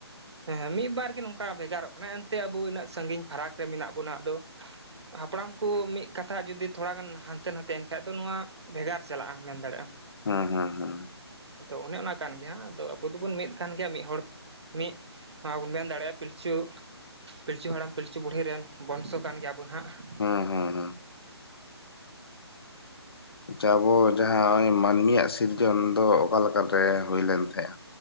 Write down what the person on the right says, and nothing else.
ᱦᱮᱸ ᱦᱮᱸ ᱢᱤᱫ ᱵᱟᱨ ᱜᱮ ᱱᱚᱝᱠᱟ ᱵᱷᱮᱜᱟ ᱨᱚᱜ ᱠᱟᱱᱟ ᱮᱱᱛᱮ ᱟᱵᱚ ᱩᱱᱟᱹᱜ ᱥᱟᱸᱜᱤᱧ ᱯᱷᱟᱨᱟᱠ ᱨᱮ ᱢᱮᱱᱟᱜ ᱵᱚᱱᱟ ᱟᱫᱚ ᱾ ᱦᱟᱯᱲᱟᱢ ᱠᱚ ᱢᱤᱫ ᱠᱟᱛᱷᱟ ᱡᱩᱫᱤ ᱛᱷᱚᱲᱟ ᱜᱟᱱ ᱦᱟᱱᱛᱮ ᱱᱟᱛᱮᱭ ᱮᱱᱠᱷᱟᱱ ᱫᱚ ᱱᱚᱣᱟ ᱵᱷᱮᱜᱟᱨ ᱪᱟᱞᱟᱜᱼᱟ ᱢᱮᱱ ᱫᱟᱲᱮᱭᱟᱜᱼᱟ ᱟᱢ ᱾
ᱟᱫᱚ ᱚᱱᱮ ᱚᱱᱟ ᱠᱟᱱ ᱜᱮᱭᱟ ᱦᱟᱸᱜ ᱟᱫᱚ ᱟᱵᱚ ᱫᱚᱵᱚᱱ ᱢᱤᱫ ᱠᱟᱱ ᱜᱮᱭᱟ ᱢᱤᱫ ᱦᱚᱲ ᱢᱤᱫ ᱱᱚᱣᱟ ᱵᱚᱱ ᱢᱮᱱ ᱫᱟᱲᱮᱭᱟᱜᱼᱟ ᱯᱤᱞᱪᱩ ᱯᱤᱞᱪᱩ ᱦᱟᱲᱟᱢ ᱯᱤᱞᱪᱩ ᱵᱩᱲᱦᱤ ᱨᱮᱱ ᱵᱚᱱᱥᱚ ᱠᱟᱱ ᱜᱮᱭᱟ ᱵᱚᱱ ᱦᱟᱸᱜ ᱾